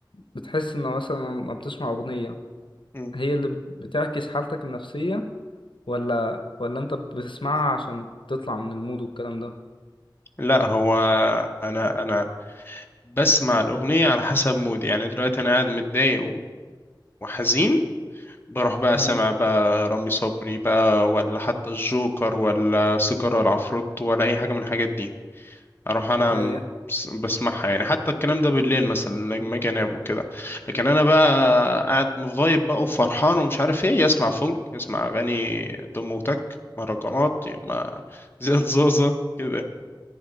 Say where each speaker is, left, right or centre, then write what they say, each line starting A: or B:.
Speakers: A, on the left; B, on the left.
A: بتحس ان مثلا لما بتسمع اغنية
B: مم.
A: هي اللي بت- بتعكس حالتك النفسية ولا ولا انت بتسمعها عشان تطلع من المود والكلام ده
B: لا هو انا انا بسمع الاغنيه على حسب مودي يعني دلوقتي انا قاعد متضايق و- وحزين بروح بقى
A: امم
B: سمع بقى رامي صبري بقى ولا حتى الجوكر ولا سيجاره العفروت ولا اي حاجه من الحاجات دي اروح انا
A: ايوه
B: م- بس- بسمعها يعني حتى الكلام ده بالليل مثلا لما اجي انام وكده لكن انا بقى قاعد مفايب بقى وفرحان ومش عارف ايه يسمع فونك يسمع اغاني دم وتك مهرجانات يا اما <laughs> زياد زوزة كده